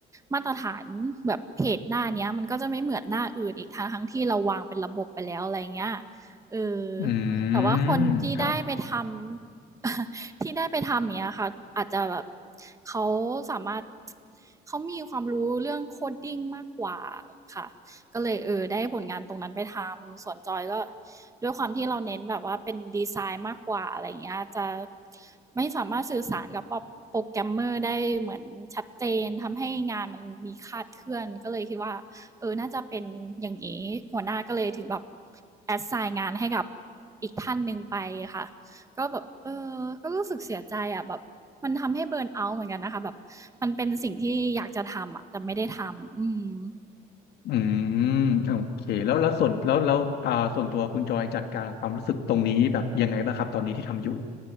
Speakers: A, on the right; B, on the left.
A: มาตรฐานแบบเพจหน้านี้มันก็จะไม่เหมือนหน้าอื่นอีกทั้งทั้งที่เราวางเป็นระบบไปแล้วอะไรเงี้ยเออ
B: อื
A: แต่ว่าคนที่ได้ไปทำ
B: มครับ
A: <laughs> ที่ได้ไปทำเนี้ยค่ะอาจจะแบบเขาสามารถเขามีความรู้เรื่องโคดดิ้งมากกว่าค่ะ ก็เลยเออได้ผลงานตรงนั้นไปทำส่วนจอยก็ด้วยความที่เราเน้นแบบว่าเป็นดีไซน์มากกว่าอะไรเงี้ยจะไม่สามารถสื่อสารกับโปรแกรมเมอร์ได้เหมือนชัดเจนทำให้งานมันมีคลาดเคลื่อนก็เลยคิดว่าเออน่าจะเป็นอย่างนี้หัวหน้าก็เลยถึงแบบแอดไซน์งานให้กับอีกท่านหนึ่งไปค่ะก็แบบเออก็รู้สึกเสียใจอ่ะแบบมันทำให้เบิร์นเอาท์เหมือนกันนะคะแบบมันเป็นสิ่งที่อยากจะทำอ่ะแต่ไม่ได้ทำอืม
B: อืมโอเคแล้วแล้วส่วนแล้วแล้วอ่าส่วนตัวคุณจอยจัดการกับความรู้สึกตรงนี้แบบยังไงบ้างครับตอนนี้ที่ทำอยู่